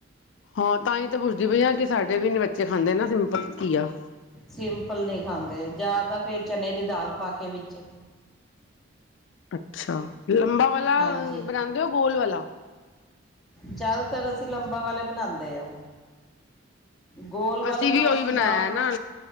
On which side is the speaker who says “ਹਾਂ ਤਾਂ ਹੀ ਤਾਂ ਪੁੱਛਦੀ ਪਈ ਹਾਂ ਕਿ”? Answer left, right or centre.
Left